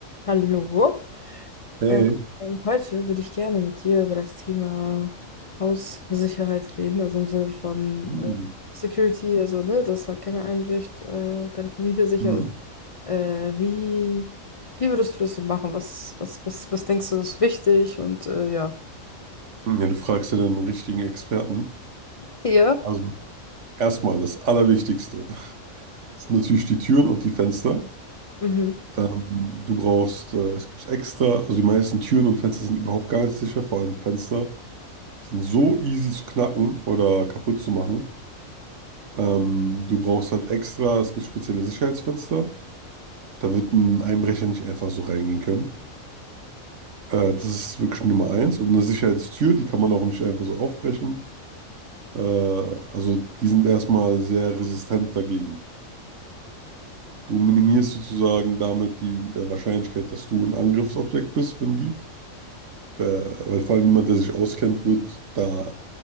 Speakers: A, on the left (about 50°); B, on the right (about 60°).
A: Hallo.
B: Hey.
A: Ähm, heute würde ich gerne mit dir über das Thema Haussicherheit reden, also im Sinne von
B: Mhm.
A: äh, Security, also ne, dass halt keiner einbricht, äh, deine Familie sicher
B: Mhm.
A: ist. Äh, wie, wie würdest du das so machen? Was, was, was, was denkst du, ist wichtig? Und äh, ja.
B: Ja, du fragst ja den richtigen Experten.
A: Ja,
B: Also erstmal das Allerwichtigste ist natürlich die Türen und die Fenster.
A: Mhm.
B: Ähm, du brauchst, äh, es gibt extra, also die meisten Türen und Fenster sind überhaupt gar nicht sicher, vor allem Fenster. Die sind so easy zu knacken oder kaputt zu machen. Ähm, du brauchst halt extra, es gibt spezielle Sicherheitsfenster. Da wird ein Einbrecher nicht einfach so reingehen können. Äh, das ist wirklich Nummer eins. Und eine Sicherheitstür, die kann man auch nicht einfach so aufbrechen. Äh, also die sind erstmal sehr resistent dagegen. Du minimierst sozusagen damit die äh, Wahrscheinlichkeit, dass du ein Angriffsobjekt bist für einen Dieb. Äh, weil vor allem jemand, der sich auskennt, wird da